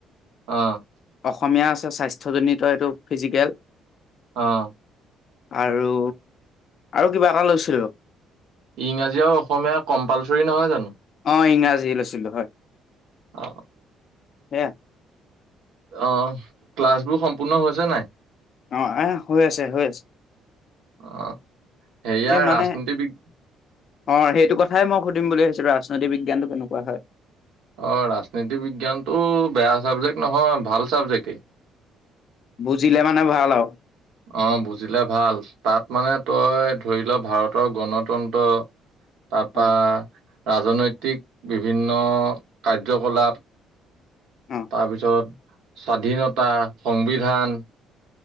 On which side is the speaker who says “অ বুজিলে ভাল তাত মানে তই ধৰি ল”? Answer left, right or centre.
Right